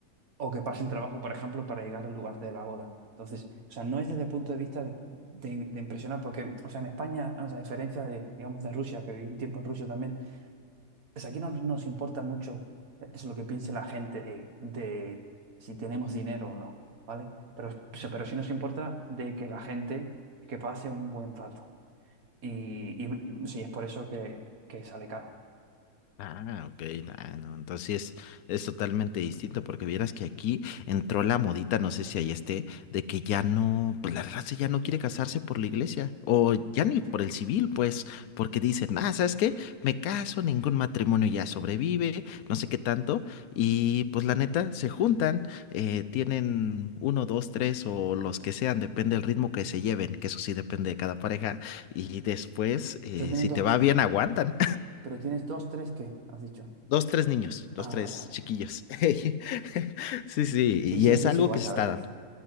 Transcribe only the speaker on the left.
Ah, ok, ah, no, entonces sí es, es totalmente distinto, porque vieras que aquí entró la modita, no sé si ahí esté, de que ya no, pues la raza ya no quiere casarse por la iglesia, o ya ni por el civil, pues, porque dicen, ah, ¿sabes qué? Me caso, ningún matrimonio ya sobrevive, no sé qué tanto, y pues la neta, se juntan, eh, tienen uno, dos, tres, o los que sean, depende del ritmo que se lleven, que eso sí depende de cada pareja, y después, eh,
si
te va bien, aguantan.
Dos, tres niños, dos,
tres
chiquillos. <laughs> Sí, sí,
y
es
algo
que se
está
dando.